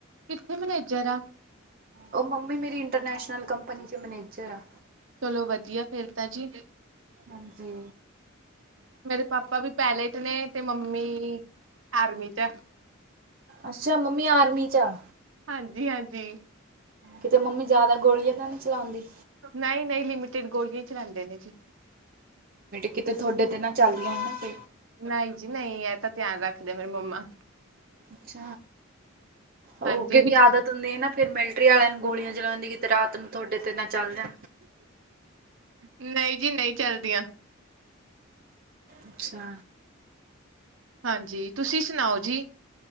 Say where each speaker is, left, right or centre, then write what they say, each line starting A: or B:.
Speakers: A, on the right; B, on the right.
A: ਹ ਮਨਜਾਰ
B: ਉਹ ਮੰਮੀ ਮੇਰੀ ਇੰਟਰਨੈਸ਼ਨਲ ਕੰਪਨੀ ਚ ਮੈਨੇਜਰ ਆ
A: ਚਲੋ ਵਧੀਆ ਫੇਰ ਤਾਂ ਜੀ
B: ਹਾਂਜੀ
A: ਮੇਰੇ ਪਾਪਾ ਵੀ ਪਹਿਲੇ ਚ ਨੇ ਤੇ ਮੰਮੀ ਆਰਮੀ ਚ ਆ
B: ਅੱਛਾ ਮੰਮੀ ਆਰਮੀ ਚ ਆ
A: ਹਾਂਜੀ ਹਾਂਜੀ
B: ਕਿਤੇ ਮੰਮੀ ਜਿਆਦਾ ਗੋਲੀਆਂ ਤਾਂ ਨਹੀਂ ਚਲਾਉਂਦੀ
A: ਨਹੀਂ ਨਹੀਂ ਲਿਮਿਟਿਡ ਗੋਲੀਆਂ ਚ ਰਹਦੇ ਨੇ ਜੀ
B: ਕਿਤੇ ਤੁਹਾਡੇ ਤੇ ਨਾ ਚੱਲਦੀਆਂ ਹਨ ਨਾ ਫ
A: ਨਹੀਂ ਜੀ ਨਹੀਂ ਇਹ ਤਾਂ ਧਿਆਨ ਰੱਖਦੇ ਮੇਰੀ ਮੰਮਾ
B: ਅਛ ਉਹ
A: ਹਾਂਜੀ
B: ਕਿਉਂਕਿ
A: ਵੀ
B: ਆਦਤ ਹੁੰਦੀ ਹੈ ਨਾ ਫਿਰ ਮਿਲਟਰੀ ਵਾਲਿਆਂ ਨੂੰ ਗੋਲੀਆਂ ਚਲਾਉਂਦੀ ਕਿ ਤੇ ਰਾਤ ਨੂੰ ਤੁਹਾਡੇ ਤੇ ਨਾ ਚੱਲ ਜਾ
A: ਨਹੀਂ ਜੀ ਨਹੀਂ ਚੱਲਦੀਆਂ
B: ਅੱਛਾ
A: ਹਾਂਜੀ ਤੁਸੀਂ ਸੁਣਾਓ ਜੀ